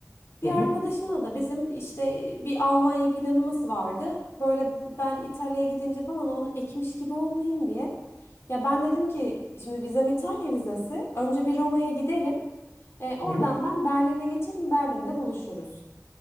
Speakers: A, on the left (about 55°); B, on the left (about 70°).
A: Bir
B: Hı
A: arkadaşımla
B: hı.
A: da bizim işte bir Almanya planımız vardı. Böyle ben İtalya'ya gidince falan onu ekmiş gibi olmayayım diye. Ya ben dedim ki şimdi vizem İtalya vizesi. Önce bir Roma'ya giderim. E, oradan
B: Hı hı.
A: ben Berlin'e geçerim. Berlin'de buluşuruz.